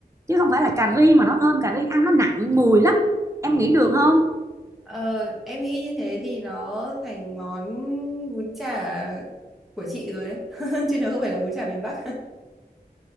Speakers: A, on the right (about 15°); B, in the centre.
A: chứ không phải là cà ri mà nó thơm cà ri ăn nó nặng mùi lắm em nghĩ được không
B: Ờ, em nghĩ như thế thì nó thành món bún chả của chị rồi đấy <laughs> chứ nó không phải là bún chả miền Bắc